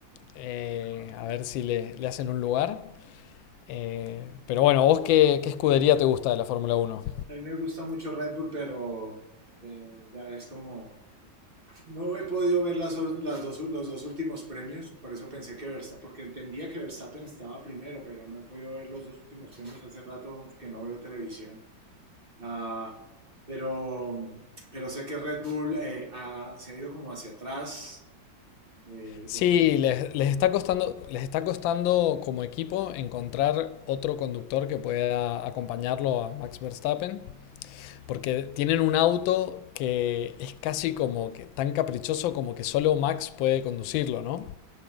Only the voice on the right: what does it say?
con la pinta.
A mí me gusta mucho Red Bull, pero eh, ya ves como no he podido ver las, or- las dos, u- los dos últimos premios, por eso pensé que Verstappen, porque entendía que Verstappen estaba primero, pero no he podido ver los dos últimos premios hace rato que no veo televisión. Ah, pero, pero sé que Red Bull eh, ha- se ha ido como hacia atrás, eh,
después
está
muy
bien.